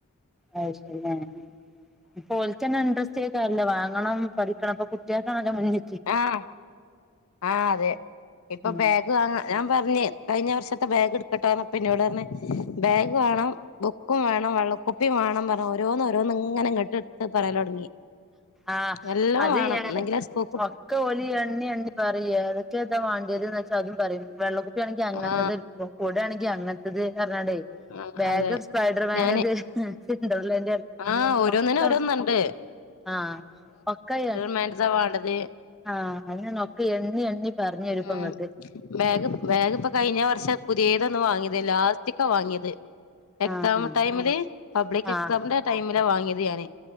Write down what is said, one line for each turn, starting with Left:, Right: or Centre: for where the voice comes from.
Centre: അത് ശരിയാണ് ഉം ഇപ്പോൽക്കെന്നെ ഇണ്ട്രസ് റ്റേക്കാര്ല്ലേ വാങ്ങണം പഠിക്കണം പ്പ കു <unintelligible>
Left: ആഹ് ആഹ് അതെ ഇപ്പ ബേ
Centre: ഉം
Left: ഗ് വാണം ഞാൻ പർഞ്ഞ് കയ്ഞ്ഞ വർഷത്തെ ബേഗ്ട്ക്ക്ട്ടാേർഞ്ഞപ്പം ഇന്നോടർഞ്ഞ് ബേഗ് വാണം ബുക്കും വേണം വെള്ളക്കുപ്പിം വാണം പർഞ്ഞ് ഓരോന്നോരോന്ന്ങ്ങെനെ ഇങ്ങെട്ട് പറ്യേലാെട്ങ്ങി
Centre: ആഹ്
Left: എല്ലാെം
Centre: അത്
Left: വേണം ന്നെങ്കിലേ സ്കൂ
Centre: ഒക്കെ ഓല് എണ്ണി എണ്ണി പറയും ഏതൊക്കെ താ മാണ്ട്യേത്‌ന്ന് വെച്ചാ അതും പറയും വെള്ളക്കുപ്പ്യാണെങ്കി അങ്ങൻത്തത്
Left: ആഹ്
Centre: കുടേണെങ്കി അങ്ങൻത്തത് അർഞ്ഞാണ്ടേ
Left: ആഹ്
Centre: ബേഗ്
Left: അതെ
Centre: സ്പൈഡർമാന്റെത്
Left: ഞാന്
Centre: സിന്റർലെന്റെ
Left: ആഹ് ഓരോന്നിനും
Centre: ഒക്ക
Left: ഓരോന്നുണ്ട്
Centre: ആഹ് ഒക്കയായ്
Left: മെൻസാ വാണ്ടെത്
Centre: ആഹ് അതന്നർഞ്ഞെ ഒക്കെ എണ്ണി എണ്ണി പർഞ്ഞെരുംപ്പങ്ങെട്ട്
Left: ഉം ബാഗ് ബാഗ്പ്പം കയ്ഞ്ഞ വർഷം പുത്യേതൊന്ന് വാങ്ങ്യെതേ ലാസ്റ്റ്ക്കാ വാങ്ങ്യെത് എക്സാം
Centre: ആഹ്
Left: ടൈമ്‌ല് പബ്ലിക്കെക്സാമ്ന്റെ
Centre: ആഹ്
Left: ടൈമിലാ വാങ്ങ്യത് ഞാന്